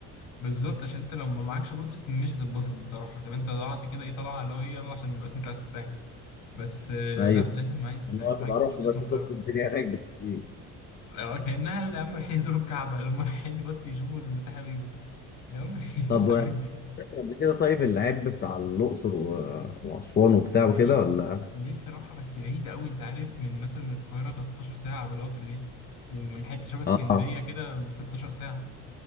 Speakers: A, on the left (about 70°); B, on the left (about 25°).
A: بالظبط عشان انت لو ما معكش بودجت مش هتتبسط بصراحه طب انت طلعت كده ايه طلعه اللي هو ايه يلا عشان نبقى اسمي طلعت الساحل بس آه،
B: ايوه
A: لا لازم عايز
B: اللي
A: عايز
B: هو
A: معاك
B: تبقى رحت
A: بودجت
B: بس
A: محترم
B: شفت الدنيا هناك بت- إيه.
A: آه، كأنها يا عم رايحين يزوروا الكعبة اللي هم رايحين بس يشوفوا الساحل ويجوا يا عم <laughs> إيه
B: طب
A: الحاجات
B: رحت
A: دي
B: قبل كده طيب العيب بتاع الأقصر و- وأسوان وبتاع
A: بعيدة
B: وكده ولا
A: الصراحة نفسي أروحها بس بعيدة أوي أنت عارف من مثلا من القاهرة 13 ساعة بالقطر دي ومن حتة شبه اسكندرية
B: اه
A: كده 16 ساعة